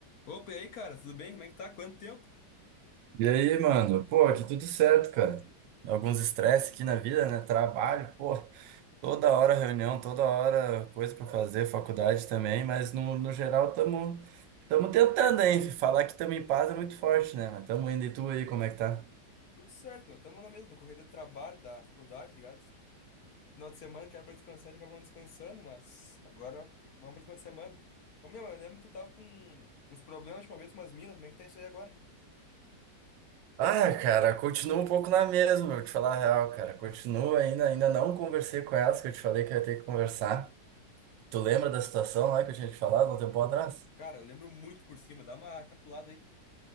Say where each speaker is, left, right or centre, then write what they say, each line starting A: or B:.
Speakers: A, on the left (about 60°); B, on the right (about 85°).
A: Opa, e aí, cara, tudo bem? Como é que tá? Quanto tempo?
B: E aí, mano? Pô, aqui tudo certo, cara. Alguns estresse aqui na vida, né? Trabalho, pô, toda hora reunião, toda hora coisa pra fazer, faculdade também, mas no, no geral tamo, tamo tentando, hein? Falar que tamo em paz é muito forte, né? Mas tamo indo e tu aí, como é que tá?
A: Tudo certo, meu. Tamo na mesma, correria do trabalho, da faculdade, tá ligado? Final de semana que era pra descansar, a gente acaba não descansando, mas agora vamos pra cima de semana. Ô, meu, eu lembro que tu tava com uns problemas de uma vez com umas minas, como é que tá isso aí agora?
B: Ah, cara, continua um pouco na mesma, eu te falar a real, cara. Continua ainda, ainda não conversei com elas, que eu te falei que eu ia ter que conversar. Tu lembra da situação lá que eu tinha te falado um tempo atrás?
A: Cara, eu lembro muito por cima, dá uma capulada aí.